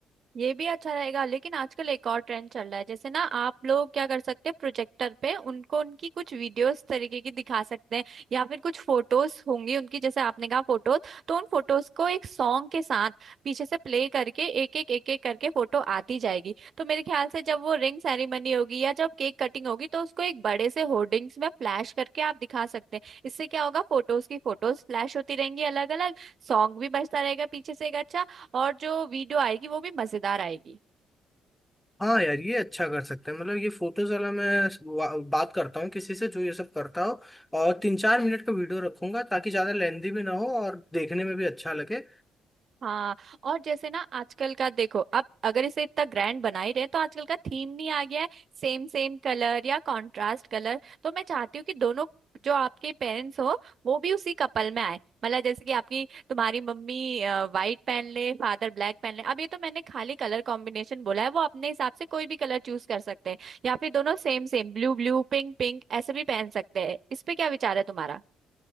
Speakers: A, on the right; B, in the centre.
A: ये भी अच्छा रहेगा लेकिन आजकल एक और ट्रेंड चल रहा है जैसे ना आप लोग क्या कर सकते हैं प्रोजेक्टर पे उनको उनकी कुछ वीडियोस तरीके की दिखा सकते हैं या फिर कुछ फोटोज होंगी उनकी जैसे आपने कहा फोटोज तो उन फोटोज को एक सॉन्ग के साथ पीछे से प्ले करके एक एक एक एक करके फोटो आती जाएगी तो मेरे ख्याल से जब वो रिंग सेरेमनी होगी या जब केक कटिंग होगी तो उसको एक बड़े से होर्डिंग्स में फ्लैश करके आप दिखा सकते हैं इससे क्या होगा फोटोज की फोटोज फ्लैश होती रहेंगी अलग अलग सॉन्ग भी बजता रहेगा पीछे से एक अच्छा और जो वीडियो आएगी वो भी मजेदार आएगी
B: हाँ यार ये अच्छा कर सकते हैं मतलब ये फोटोज वाला मैं वा- बात करता हूँ किसी से जो ये सब करता हो और तीन चार मिनट का वीडियो रखूंगा ताकि ज्यादा लेंदी भी ना हो और देखने में भी अच्छा लगे
A: हाँ और जैसे ना आजकल का देखो अब अगर इसे इतना ग्रैंड बना ही रहे तो आजकल का थीम नहीं आ गया है सेम सेम कलर या कंट्रास्ट कलर तो मैं चाहती हूँ कि दोनों जो आपके पेरेंट्स हो वो भी उसी कपल में आए मतलब जैसे कि आपकी तुम्हारी मम्मी वाइट पहन ले फादर ब्लैक पहन ले अब ये तो मैंने खाली कलर कॉम्बिनेशन बोला है वो अपने हिसाब से कोई भी कलर चूज कर सकते हैं या फिर दोनों same same blue blue pink pink ऐसे भी पहन सकते हैं इस पे क्या विचार है तुम्हारा